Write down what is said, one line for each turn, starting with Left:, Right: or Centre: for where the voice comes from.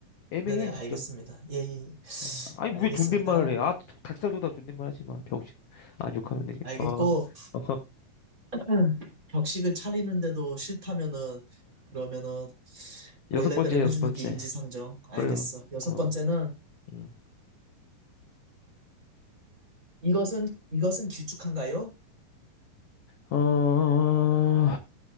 Left: 애매해,
Right: 네네, 알겠습니다.
Left: 진짜.
Right: 예, 예.
Left: 음. 아니,
Right: 알겠습니다.
Left: 왜 존댓말을 해? 아, 닭살도 다 존댓말 하지 마. 병신. 아, 욕하면 되지.
Right: 알겠고,
Left: 어, 어.
Right: 음. 격식을 차리는데도 싫다면은, 그러면은, 원래대로
Left: 여섯 번째, 여섯
Right: 해주는
Left: 번째.
Right: 게 인지상정. 알겠어.
Left: 그래요.
Right: 여섯
Left: 어,
Right: 번째는,
Left: 음.
Right: 이것은, 이것은 길쭉한가요?
Left: 어,